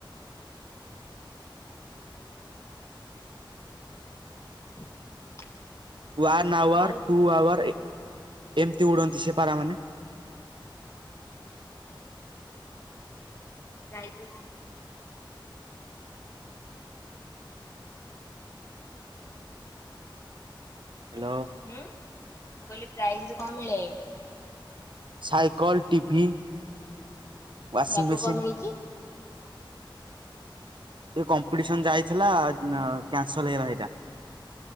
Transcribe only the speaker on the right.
ୱାନ୍ ଆୱାର
ଟୁ ଆୱାର ଏମିତି ଉଡ଼ନ୍ତି ସେ ପାରା ମାନେ।
ହ୍ୟାଲୋ।
ସାଇକଲ ଟିଭି ୱାଶସିଂ
ମେସିନ୍।
ଜଉ କମ୍ପିଟିସନ ଯାଇଥିଲା କ୍ୟାନସଲ ହେଇଗଲା ସେଇଟା।